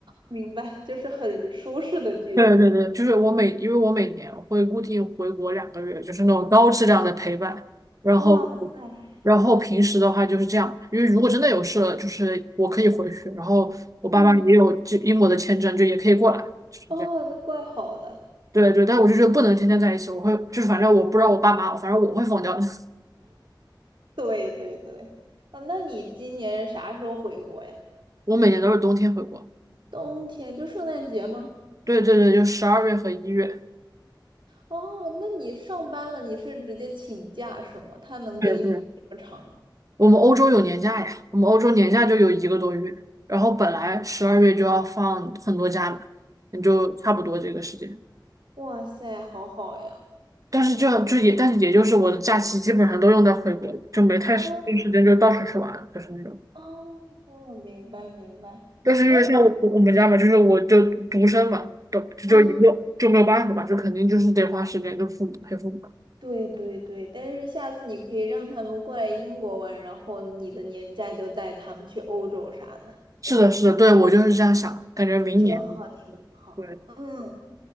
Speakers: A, on the right; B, on the right.
A: 明白，就是很舒适的距离。
B: <laughs> 对对对，就是我每，因为我每年会固定回国两个月，就是那种高质量的陪伴。然后，
A: 哇塞，
B: 然后平时的话就是这样，因为如果真的有事了，就是我可以回去。然后我爸妈也有这英国的签证，
A: 嗯，
B: 就也可以过来，就是这样。
A: 哦，那怪好的。
B: 对对，但我就觉得不能天天在一起，我会就是反正我不知道我爸妈，反正我会疯掉的。<laughs>
A: 对对对，啊，那你今年啥时候回国呀？
B: 我每年都是冬天回国。
A: 冬天就圣诞节吗？
B: 对对对，就十二月和一月。
A: 哦，那你上班了，你是直接请假是吗？他能给你批这么长吗？
B: 对对。我们欧洲有年假呀，我们欧洲年假就有一个多月，然后本来十二月就要放很多假嘛，也就差不多这个时间。
A: 哇塞，好好呀。
B: 但是这就也，但是也就是我的假期基本上都用在回国了，就没太时有时间就到处去玩了就是那种。
A: 哦哦，明白明白。
B: 但是因为像我我们家嘛，
A: 那。
B: 就是我就独生嘛，都就就一个就没有办法嘛，
A: 嗯。
B: 就肯定就是得花时间跟父母陪父母。
A: 对对对，但是下次你可以让他们过来英国玩，然后你的年假就带他们去欧洲啥的，
B: 是的，是的，对，我就是这样想的，感觉明年，
A: 挺好，挺好。
B: 对，
A: 嗯，